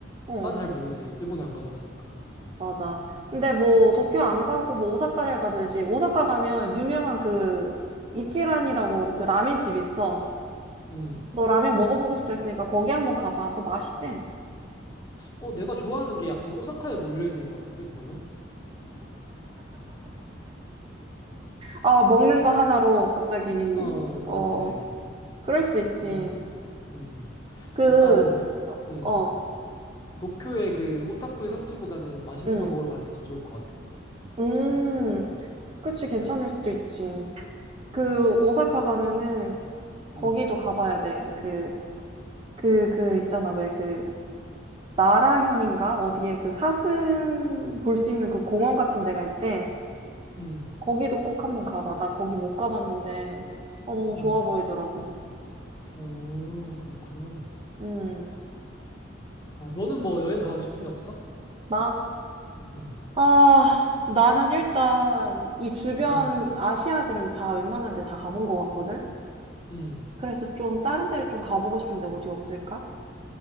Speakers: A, on the right (about 30°); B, on the left (about 20°).
A: 어.
B: 난 잘 모르지. 일본에 안 가봤으니까.
A: 맞아. 근데 뭐 도쿄
B: 음,
A: 안 가고 뭐 오사카를 가도 되지. 오사카 가면 유명한 그 이치란이라고 그 라면집 있어.
B: 음.
A: 너 라면 먹어보고 싶다 했으니까 거기 한번 가봐. 그거 맛있대.
B: 어, 내가 좋아하는 게 약간 오사카에 몰려 있는 것 같은데, 그러면?
A: 아, 먹는 거 하나로 갑자기
B: 어, 그렇지.
A: 어 그럴 수 있지.
B: 뭔, 음,
A: 그
B: 약간 독,
A: 어,
B: 음,
A: 어,
B: 도쿄의 그 오타쿠의 성지보다는 맛있는
A: 응,
B: 거 먹으러 가는 게 더 좋을 것 같아.
A: 음, 그치 괜찮을 수도 있지. 그
B: 음,
A: 오사카 가면은 거기도
B: 음,
A: 가봐야 돼. 그 그 그 있잖아 왜그 나라현인가? 어디에 그 사슴 볼 수 있는 그 공원 같은 데가 있대.
B: 음,
A: 거기도 꼭 한번 가봐. 나 거기 못 가봤는데, 어, 너무
B: 음.
A: 좋아 보이더라고.
B: 어, 그렇구나.
A: 음,
B: 어, 너는 뭐 여행 가고 싶은 데 없어?
A: 나?
B: 음,
A: 아, 나는 일단 이 주변
B: 음,
A: 아시아들은 다 웬만한 데 다 가본 것 같거든?
B: 음.
A: 그래서 좀 다른 데를 좀 가보고 싶은데 어디 없을까?